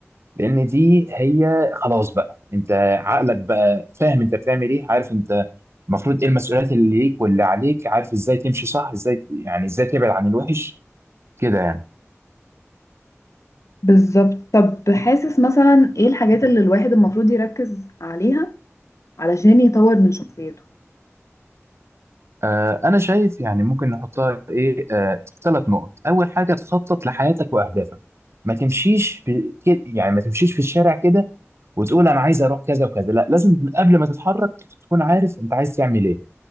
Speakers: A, on the right; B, on the left.
A: لان دي هي خلاص بقى انت عقلك بقى فاهم انت بتعمل ايه عارف انت المفروض ايه المسؤوليات اللي ليك واللي عليك عارف ازاي تمشي صح ازاي يعني ازاي تبعد عن الوحش كده يعني
B: بالظبط طب حاسس مثلا إيه الحاجات اللي الواحد المفروض يركز عليها علشان يطور من شخصيته
A: آه، أنا شايف يعني ممكن نحطها إيه آه، ثلاث نقط، أول حاجة تخطط لحياتك وأهدافك، ما تمشيش في كده يعني ما تمشيش في الشارع كده وتقول أنا عايز أروح كذا وكذا، لا لازم قبل ما تتحرك تكون عارف أنت عايز تعمل إيه،